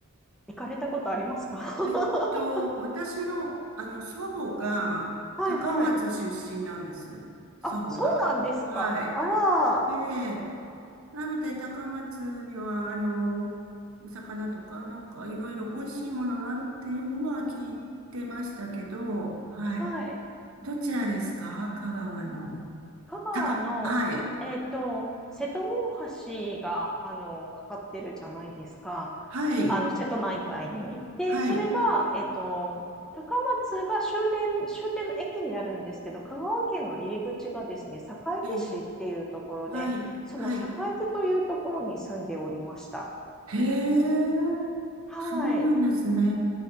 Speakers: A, in the centre; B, on the right.
A: 行かれたことありますか <laughs>
B: えっと、私の、あの、祖母が高松出身なんです。
A: はいはい。
B: 祖母が。
A: あ、そうなんですか。
B: はい。
A: あら、
B: ええ。なので、高松には、あの、お魚とか、なんかいろいろ美味しいものがあるっていうのは聞いてましたけど、はい。
A: はい。
B: どちらですか香川の。
A: 香川の、
B: たか、はい。
A: えっと、瀬戸大橋が、あの、かかってるじゃないですか。
B: はい。
A: あの、瀬戸内海に。で、
B: はい。
A: それが、えっと、高松が終電、終点の駅になるんですけど、香川県の入り口がですね、坂出市っていうところで、
B: ええ。はい。
A: その坂出というところに住んでおりました。
B: はい。へえ。
A: はい。
B: そうなんですね。